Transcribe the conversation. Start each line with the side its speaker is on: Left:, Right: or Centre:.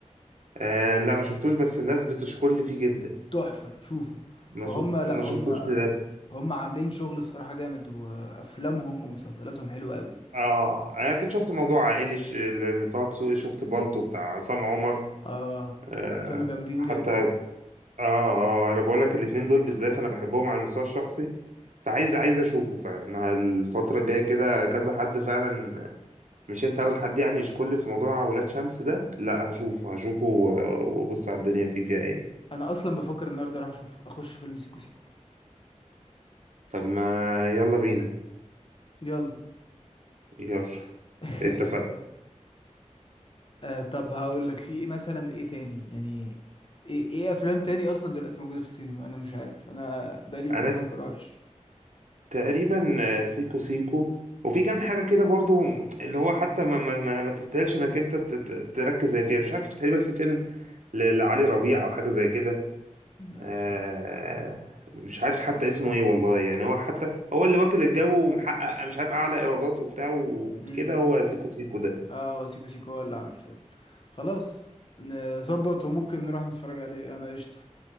Right: آه لا ما شفتوش بس الناس بتشكر لي فيه جدا
Left: تحفة شوفوا
Right: ما
Left: فهم
Right: شفت
Left: لا
Right: ما
Left: هم
Right: شفتوش للاسف
Left: هم عاملين شغل الصراحة جامد وافلامهم ومسلسلاتهم حلوة قوي
Right: اه انا كنت شفت موضوع عائلي ش- اللي طه دسوقي شفت بالطو بتاع عصام عمر
Left: اه
Right: آه
Left: كانوا جامدين
Right: حتى
Left: جدا
Right: اه اه انا بقول لك الاتنين دول بالذات انا بحبهم على المستوى الشخصي فعايز عايز اشوفه فعلا الفترة الجاية كده كذا حد فعلا مش انت اول حد يعني يشكر لي في موضوع ولاد شمس ده لا هشوفه هشوفه و- وابص على الدنيا فيه فيها ايه
Left: انا اصلا بفكر النهارده راح اشوف اخش فيلم سيكو سيكو
Right: طب ما يلا بينا
Left: يلا
Right: يلا
Left: <laughs>
Right: اتفقنا
Left: آه طب هقول لك في ايه مثلا ايه تاني يعني ايه ايه افلام تاني اصلا دلوقتي موجوده في السينما انا مش عارف انا بقالي كتير
Right: انا
Left: ما بروحش
Right: تقريبا آه، سيكو سيكو وفي كام حاجة كده برضو اللي هو حتى ما ما ما, ما تستاهلش انك انت ت- ت- تركز زي فيها مش عارف تقريبا في فيلم ل- لعلي ربيع او حاجة زي كده
Left: لا
Right: آه،
Left: مش عارف
Right: مش عارف حتى اسمه ايه والله يعني هو حتى هو اللي واكل الجو ومحقق مش عارف اعلى ايرادات وبتاع وكده
Left: امم
Right: هو سيكو سيكو ده
Left: اه هو سيكو سيكو هو اللي عامل شغل خلاص نظبط وممكن نروح نتفرج عليه انا قشطه